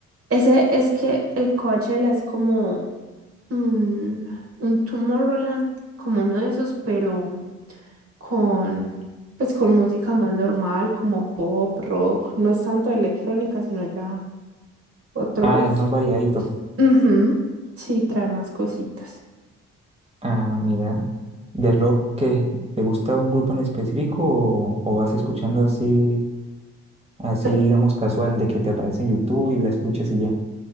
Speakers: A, on the right (about 40°); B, on the right (about 15°).
A: Ese es que el Coachella es como un, un Tomorrowland, como uno de esos, pero con, pues con música más normal, como pop, rock, no es tanto electrónica, sino ya otros.
B: Ah, es más variadito.
A: Ujú, Sí, trae más cositas.
B: Ah, mira, de rock, ¿qué? ¿Te gusta un grupo en específico o, o vas escuchando así, así
A: Pe-
B: digamos casual, de que te aparece en YouTube y la escuchas y ya?